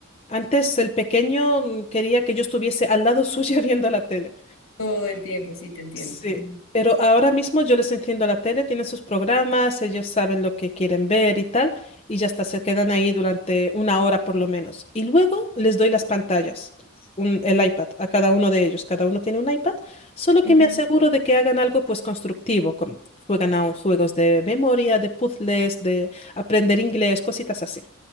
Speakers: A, on the left; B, on the left.
A: Antes el pequeño mm, quería que yo estuviese al lado suya <laughs> viendo la tele.
B: todo el tiempo, sí, te entiendo.
A: Sí,
B: Ujú.
A: pero ahora mismo yo les enciendo la tele, tienen sus programas, ellos saben lo que quieren ver y tal, y ya está, se quedan ahí durante una hora por lo menos. Y luego les doy las pantallas, un- el iPad, a cada uno de ellos. Cada uno tiene un iPad, solo que
B: Ujú.
A: me aseguro de que hagan algo pues constructivo, con- juegan a un- juegos de memoria, de puzzles, de aprender inglés, cositas así.